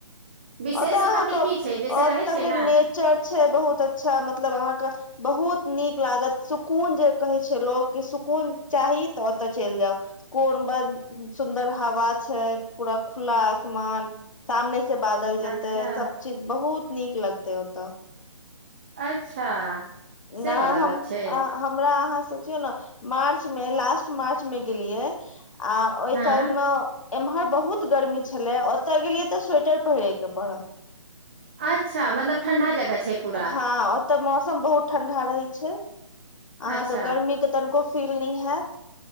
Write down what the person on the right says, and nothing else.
विशेष
ओतय
के की छै जैसे
रहै छै
ने
अच्छा,
अच्छा से
वला
गप छै,
हँ
अच्छा मतलब ठण्डा जगह छै पूरा,
अच्छा